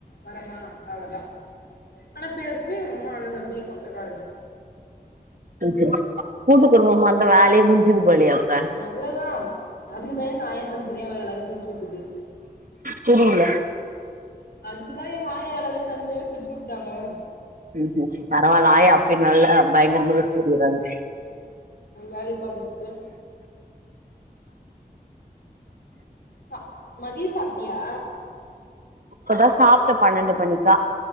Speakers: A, on the left (about 80°); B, on the right (about 60°).
A: வரமா அவ்ளதா ஆனா பேருக்கு <unintelligible> அண்ண தம்பி சொந்தகாரங்க
B: கூட்டு குடும்பமா இருந்தா வேலயே முடுஞ்சது போலயே அப்ப
A: அவ்ளதா அதுக்குதா எங்க ஆயா தனித்தனியா எல்லாரயு பிருச்சு வுடுது
B: கூடும்முல
A: அதுக்குதா ஏ ஆயா எல்லாரயு தனித்தனியா பிருச்சு வுட்டாங்க
B: ம் பரவால்ல ஆயா பின்வால்ல பயங்கரமா ரெஸ்ட் எடுக்குறாங்க
A: வேலைய பாத்துக்கிட்டு சா மதிய சாப்டியா
B: இப்பதா சாப்ட்டே பன்னண்டு மணிக்கா